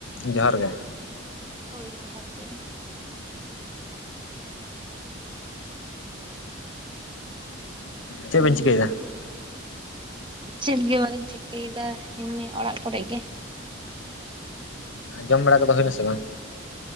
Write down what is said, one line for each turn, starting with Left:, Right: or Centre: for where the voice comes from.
Left: ᱡᱚᱦᱟᱨ ᱜᱮ
Right: ᱦᱳᱭ ᱡᱚᱦᱟᱨ ᱜᱮ
Left: ᱪᱮᱫ ᱵᱤᱱ ᱪᱤᱠᱟᱹᱭᱫᱟ
Right: ᱪᱮᱫ ᱜᱮ ᱵᱟᱹᱞᱤᱧ ᱪᱤᱠᱟᱹᱭᱮᱫᱟ ᱮᱢᱱᱤ ᱚᱲᱟᱜ ᱠᱚᱨᱮ ᱜᱮ
Left: ᱟᱨ ᱡᱚᱢ ᱵᱟᱲᱟ ᱠᱚᱫᱚ ᱦᱩᱭᱱᱟᱥᱮ ᱵᱟᱝ